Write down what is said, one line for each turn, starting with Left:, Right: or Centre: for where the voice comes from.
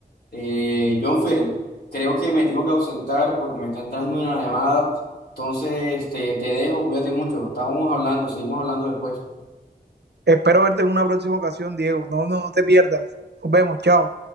Left: Eh, Jonfer, creo que me tengo que ausentar porque me está entrando una llamada. Entonces, te, te dejo, cuídate mucho. Estamos hablando, seguimos hablando después.
Right: Espero verte en una próxima ocasión, Diego. No, no, no te pierdas. Nos vemos, chao.